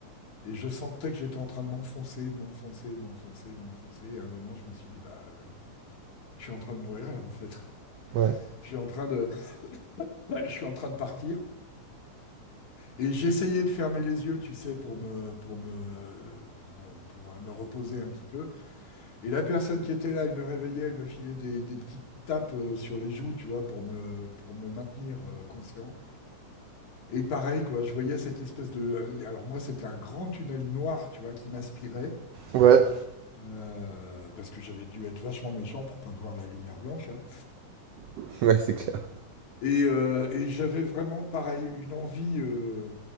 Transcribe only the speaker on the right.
Ouais.
Ouais.
<laughs> Ouais, c'est clair.